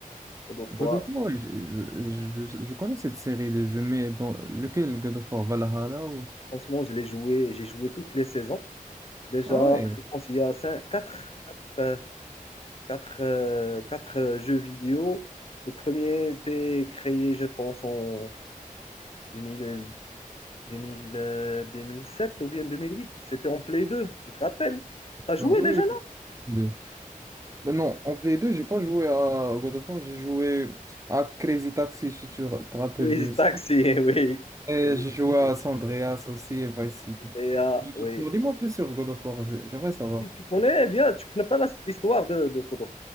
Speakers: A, on the left; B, on the right.
A: God of
B: God
A: War,
B: of War, ouais, je, je, je- je connais cette série de jeux, mais dans lequel God of War? Valhalla ou...
A: franchement, je l'ai joué, j'ai joué toutes les saisons. Déjà,
B: Ah ouais,
A: je pense qu'il y a cinq, quatre, quatre, euh, quatre, euh, quatre, euh, jeux vidéo. Le premier était créé, je pense, en 2000, 2000, euh, 2007 ou bien 2008. C'était en Play 2, tu te rappelles? T'as joué
B: non, oui,
A: déjà?
B: oui. Play 2. Non, non, en Play 2 j'ai pas joué à God of War, j'ai joué à Crazy Taxi, si tu te rappelles
A: Oui,
B: de ça.
A: taxi, <laughs> oui,
B: Et
A: oui,
B: j'ai joué à
A: oui,
B: San Andreas aussi et Vice City.
A: GTA, oui.
B: Alors, Dis-moi plus sur God of War, je- j'aimerais savoir.
A: Et tu connais eh bien, tu connais pas la- l'histoire de, de God